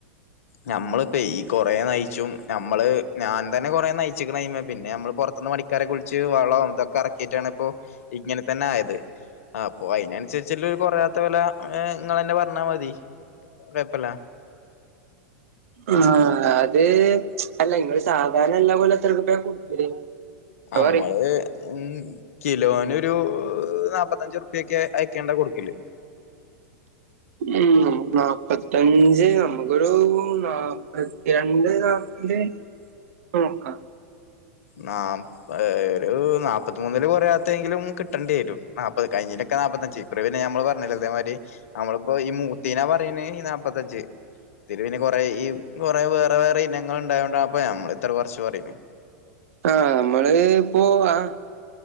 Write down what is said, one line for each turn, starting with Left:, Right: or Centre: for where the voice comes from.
Left: ഞമ്മളിപ്പ ഈ കൊറേ നയിച്ചും, ഞമ്മള് ഞാൻ, തന്നെ, കൊറെ നയി ച്ചക്കണ്അയിമ്മെ, പിന്നെ, ഞമ്മള് പൊറത്ത്ന്ന്, പണി ണിക്കാരെ, വിളിച്ച്, വളം ഇതൊക്കെ, എറക്കിട്ടാണ്, ഇപ്പോ, ഇങ്ങനെ, തന്നെ ആയത്. അപ്പൊ അയിനനുസരിച്ചിള്ളരു, കൊറയാത്ത വെല, ഇങ്ങളെന്നെ, പറഞ്ഞാ മതി, കൊയപ്പല്ല.
Right: ആ അത്, അല്ല ഇങ്ങള് സാധാരണ, എല്ലാ കൊലേം, എത്രറുപ്പ്യ കൊടുക്കല്? അത്
Left: ആമ്മള്
Right: പറി
Left: ഉം, കിലോനൊരു നാപ്പത്തഞ്ച്, ഉറുപ്യക്കെ അയക്കേണ്ട, കൊടുക്കല്.
Right: ഉം, നമ്മക്ക് നാപ്പത്തഞ്ച്, നമ്മുക്കൊരു നാപ്പത്തിരണ്ട്, നാ പ്പത്തഞ്ച്ക്കെന്നോക്കാം.
Left: നാ, ഒരു, നാപ്പത്തിമൂന്നില്, കൊറയാത്തങ്കിലും, കി കിട്ടണ്ടി വരും, നാപ്പത് കഴിഞ്ഞേനൊക്കെ, നാപ്പത്തഞ്ച് ഇക്കുറി, പിന്നെ ഞമ്മള് പറഞ്ഞില്ലേ, ഇതേമാരി, നമ്മളിപ്പോ ഈ മൂ ത്തീനാ, പറയണ്, ഈ നാപ്പത്തഞ്ച്. തിരുവിനെ കുറേ ഈ കുറേ, വേറെ ത്തിരി പിന്നെ, കൊറെ യീ കൊറെ, വേറെ വേറെ, ഇനങ്ങൾ, ഇണ്ടായോണ്ടാണ്, അപ്പ ഞമ്മള്, ഇത്ര കൊറച്ച്, പറയണ്.
Right: ആഹ്, നമ്മള്, ഇപ്പോ, ആഹ്.